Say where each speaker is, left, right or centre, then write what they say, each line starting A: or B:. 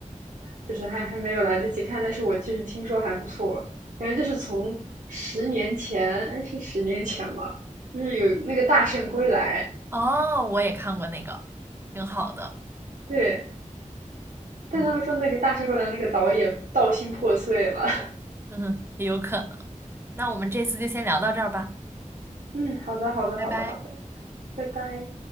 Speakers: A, on the right; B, on the right.
A: 就是还还没有来得及看，但是我就是听说还不错，反正就是从十年前，哎，是十年前吧，就是有那个《大圣归来》，
B: 哦，我也看过那个，挺好的。
A: 对，但他们说那个《大圣归来》那个导演道心破碎了。
B: 嗯，<laughs> 哼哼，也有可能。那我们这次就先聊到这儿吧，
A: <laughs> 嗯，好的好的好的好的，
B: 拜拜。
A: 拜拜。